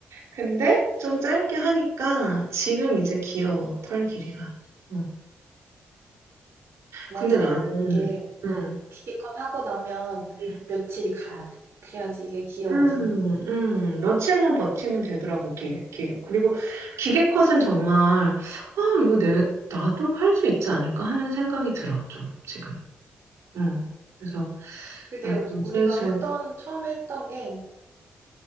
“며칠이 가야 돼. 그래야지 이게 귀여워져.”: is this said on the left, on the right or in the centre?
Right